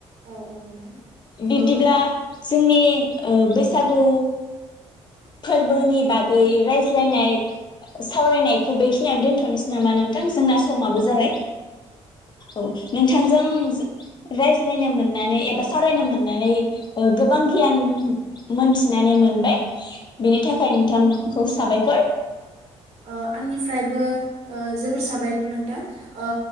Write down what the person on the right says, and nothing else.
औ औ नोंथां
अ
ओ आंनिफ्रायबो जोबोर साबायखर नोंथां ओ